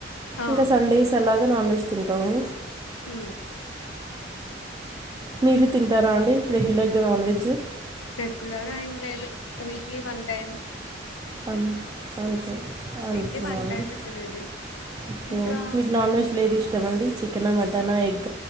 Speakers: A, on the left (about 85°); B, on the right (about 20°).
A: ఆ
B: ఇంగ సండేస్ అలా ద నాన్ వెజ్ తింటాము
A: ఊ
B: మీరు తింటారా అండి రెగ్యులర్ గ నాన్ వెజ్జు
A: రెగ్యులర్ ఏం లేదు వీక్లీ వన్ టైం
B: అం అంతె అంతేనా
A: వీక్లీ వన్
B: అండి
A: టైమే తినేది
B: ఒకే
A: ఇంకా
B: మీక్ నాన్ వెజ్ లేద్ ఇష్టమ అండి చికె క్కెన మటన ఎగ్